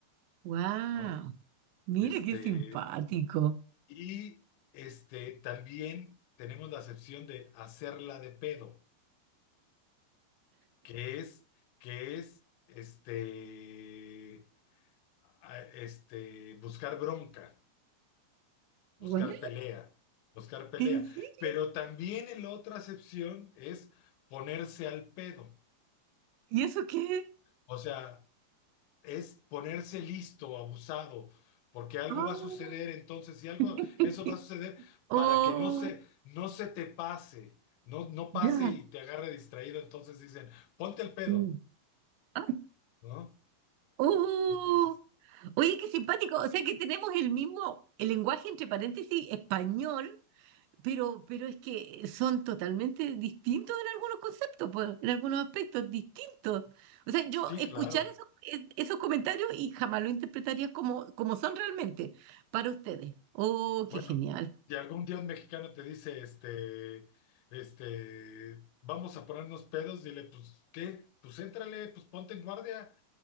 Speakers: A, on the right (about 80°); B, on the left (about 85°).
A: Wow.
B: ¿no?
A: Mira
B: Este,
A: qué simpático.
B: Y este, también tenemos la acepción de hacerla de pedo, que es, que es este, a- este, buscar bronca, buscar
A: Guau,
B: pelea, buscar pelea.
A: ¿En serio?
B: Pero también en la otra acepción es ponerse al pedo.
A: ¿Y eso qué?
B: O sea, es ponerse listo, abusado, porque algo
A: Ah,
B: va a suceder, entonces, si algo,
A: <laughs>
B: eso va a suceder
A: oh,
B: para que no se, no se te pase, no, no pase
A: ya.
B: y te agarre distraído, entonces dicen, ponte el pedo,
A: Mm. Ah,
B: ¿no?
A: oh.
B: Entonces,
A: Oye, qué simpático. O sea que tenemos el mismo, el lenguaje entre paréntesis español Pero, pero es que son totalmente distintos en algunos conceptos, pues, en algunos aspectos, distintos. O sea, yo
B: sí,
A: escuchar
B: claro.
A: esos, e- esos comentarios y jamás lo interpretaría como, como son realmente para ustedes. Oh,
B: Bueno,
A: qué genial.
B: y algún dios mexicano te dice, este, este, vamos a ponernos pedos, dile, pues, ¿qué? Pues éntrale, pues ponte en guardia.